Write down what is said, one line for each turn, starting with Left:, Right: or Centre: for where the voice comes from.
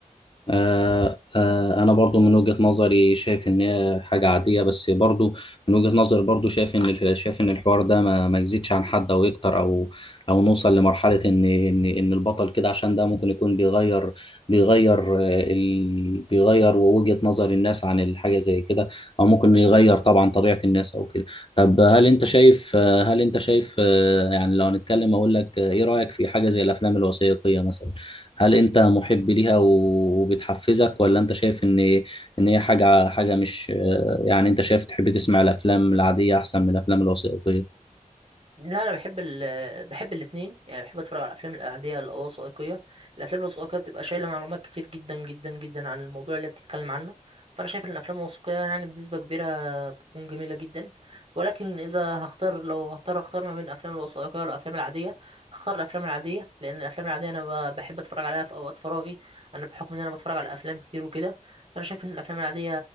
Left: آه، آه، انا برضو من وجهة نظري شايف ان هي حاجة عادية بس برضو من وجهة نظري برضو شايف ان ال- شايف ان الحوار ده ما, ما يزيدش عن حد او يكتر او او نوصل لمرحلة ان ان ان البطل كده عشان ده ممكن يكون بيغير بيغير آه، ال... بيغير وجهة نظر الناس عن الحاجة زي كده او ممكن يغير طبعا طبيعة الناس او كده طب هل انت شايف آه، هل انت شايف آه، يعني لو هنتكلم اقول لك آه، ايه رأيك في حاجة زي الافلام الوثائقية مثلا هل انت محب ليها وبتحفزك ولا انت شايف ان ان هي حاجه حاجه مش يعني انت شايف تحب تسمع الافلام العاديه احسن من الافلام الوثائقيه
Right: لا انا بحب ال بحب الاثنين يعني بحب اتفرج على الافلام الاعاديه الوثائقيه الافلام الوثائقيه بتبقى شايله معلومات كتير جدا جدا جدا عن الموضوع اللي بتتكلم عنه فانا شايف ان الافلام الوثائقيه يعني بنسبه كبيره تكون جميلة جدا ولكن إذا هختار لو هضطر أختار ما بين الأفلام الوثائقية والأفلام العادية هختار الأفلام العادية لأن الأفلام العادية أنا ب- بحب أتفرج عليها في أوقات فراغي أنا بحكم إن أنا بتفرج على أفلام كتير وكده فأنا شايف إن الأفلام العادية